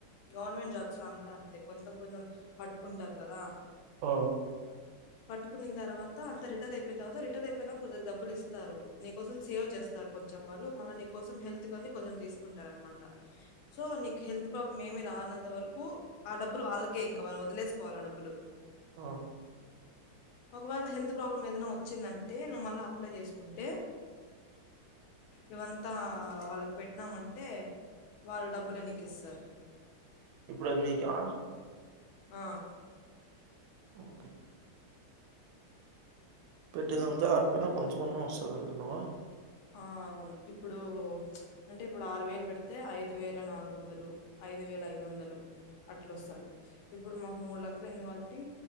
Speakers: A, on the left; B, on the right.
A: గవర్నమెంట్ జాబ్స్ లో అంతా అంతే కొంచెం కొంచెం పట్టుకుంటారు కదా
B: ఓ
A: పట్టుకున్న తర్వాత అంత రిటైర్ అయిపోయిన తర్వాత రిటైర్ అయిపోయినా కొద్దిగా డబ్బులు ఇస్తారు నీ కోసం సేవ్ చేస్తారు కొంచెం వాళ్ళు మళ్ళ నీకోసం హెల్త్ కని కొంచెం తీసుకుంటారు అనమాట సో నీకు హెల్త్ బ్ మేమి రానంత వరకు ఆ డబ్బులు వాళ్ళకే ఇంకా మనం వదిలేసుకోవాలి ఆ డబ్బులు
B: ఆ
A: ఒకవేళ హెల్త్ ప్రాబ్లమ్ ఏదైనా వచ్చిందంటే నువ్వు మళ్ళీ అప్లై చేసుకుంటే
B: <inaudible>
A: ఇవంతా వాళ్ళకి పెట్టినామంటే వాళ్ళ డబ్బులు ఎనిక్కిస్తారు
B: ఇప్పుడు అది మీకా
A: ఆ
B: ఓకే పెట్టిందంతా రాకపోయినా కొంచెమన్నా వస్తుంది అంటున్నావా
A: ఆ అవును ఇప్పుడు అంటే ఇప్పుడు ఆరు వేలు పెడితే ఐదు వేల నాలుగు వందలు ఐదు వేల ఐదు వందలు అట్ల వస్తది ఇప్పుడు మాకు మూడు లక్షలు అయింది కాబట్టి